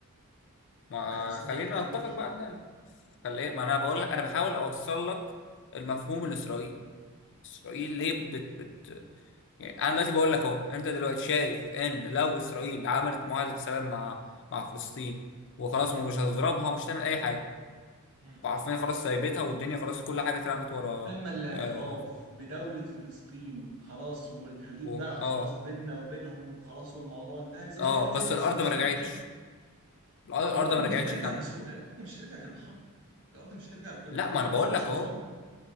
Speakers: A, on the left; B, on the right.
A: ما
B: هي فلسطين
A: خلينا
B: عارفة تعمل
A: نتفق
B: جيش؟
A: بقى ان خلي ما انا بقول لك انا بحاول اوصل لك المفهوم الاسرائيلي اسرائيل ليه
B: مم.
A: بت بت يعني انا دلوقتي بقول لك اهو انت دلوقتي شايف ان لو اسرائيل عملت معاهده سلام مع مع فلسطين وخلاص ومش هتضربها ومش هتعمل اي حاجه
B: مم.
A: وعارفين خلاص سايبتها والدنيا خلاص كل حاجه اترمت ورا
B: وتم الاعتراف
A: اه
B: بدولة فلسطين خلاص والحدود
A: و-
B: بقى خلاص
A: اه
B: بيننا وبينهم وخلاص والموضوع انتهى زيها
A: اه
B: زي
A: بس
B: مصر
A: الارض
B: واسرائيل
A: ما رجعتش
B: كده
A: الارض الأرض
B: والارض
A: ما
B: مش
A: رجعتش
B: هترجع
A: كامله
B: بسهولة الارض مش هترجع غير بحرب الارض مش هترجع غير
A: لا
B: بحرب
A: ما انا
B: ولازم
A: بقول
B: جيش
A: لك
B: نظامي
A: اهو